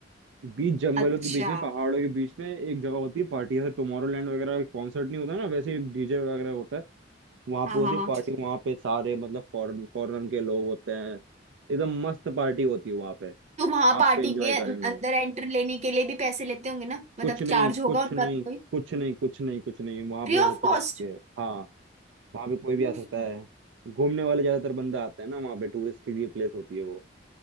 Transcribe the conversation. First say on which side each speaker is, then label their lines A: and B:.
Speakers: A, on the right; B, on the right.
A: बीच जंगलों
B: अच्छा
A: के बीच में पहाड़ों के बीच में एक जगह होती है पार्टी जैसे टुमारोलैंड वगैरह कॉन्सर्ट नहीं होता ना वैसे एक डीजे वगैरह होता है वहां
B: हाँ
A: पे होती
B: हाँ हाँ
A: है पार्टी वहां पे सारे मतलब फॉरेन फॉरेन के लोग होते हैं एकदम मस्त पार्टी होती है वहां पे
B: तो वहां
A: आप
B: पार्टी
A: पे एंजॉय
B: के
A: करेंगे
B: अंदर एंटर लेने के लिए भी पैसे लेते होंगे ना मतलब
A: कुछ नहीं
B: चार्ज होगा
A: कुछ
B: उनका
A: नहीं
B: भी कोई
A: कुछ नहीं कुछ नहीं कुछ नहीं वहां
B: Free
A: पे
B: of
A: होती
B: cost
A: रहती है हाँ वहां पे कोई भी
B: मुफ्त
A: आ सकता
B: में।
A: है घूमने वाले ज्यादातर बंदा आते हैं ना वहां पे टूरिस्ट के लिए प्लेस होती है वो